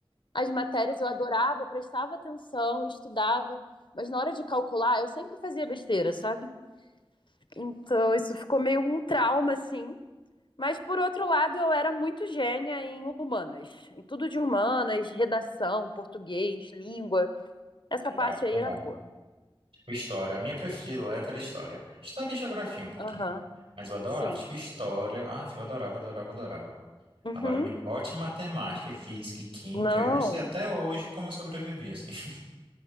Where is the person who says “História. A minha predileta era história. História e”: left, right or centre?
Right